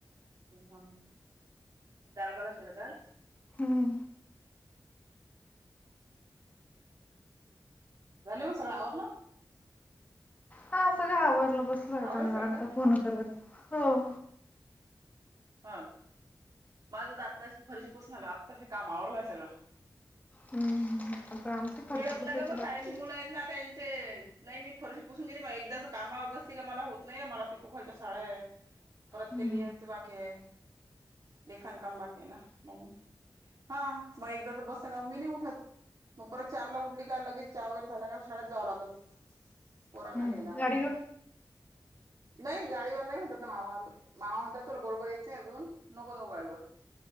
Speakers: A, on the right; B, on the left.
A: ह दळ बला ला काय?
B: हम्म
A: झाले हो सगळं आवरलं?
B: हा सगळं आवरलं बसलोय
A: आवरलं
B: आता निवांत
A: सगळं का?
B: फोन करत. हो
A: हा माझं तर आत्ता फरशी पसून आला आत्ताशी काम आवरलंय सगळं.
B: हम्म आता आमची परशी
A: वेळ होत
B: पुुसायची
A: ना ग मग
B: बाकी
A: शाळेची
B: आहे.
A: मुलं आहेत ना त्यांचे नाही मी फरशी पुसून गेली म एकदा कामावर बसली का मला होत नाही ना मला पिकोफॉलच्या साड्या आहे. परत
B: हम्म
A: ते लिहाच बाके लेखण काम बाके ना म हा मग एकदा तर बसल ना मी नाही उठत. मग परत चारला उठली का लगेच चहा वगैरे झाला का शाळेत जावं लागल. पोरांना
B: हम्म
A: घ्यायला
B: गाडी घेऊन
A: नाही गाडीवर नाही होत मामा मामा म्हणतात तुला बरोबर येतं नाही अजून नको जाऊ गाडीवर.